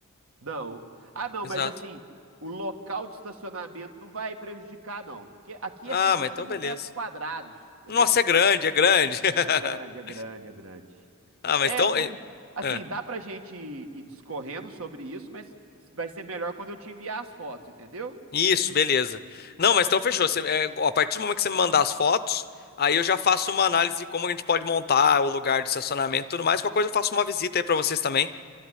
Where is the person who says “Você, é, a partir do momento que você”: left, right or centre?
Left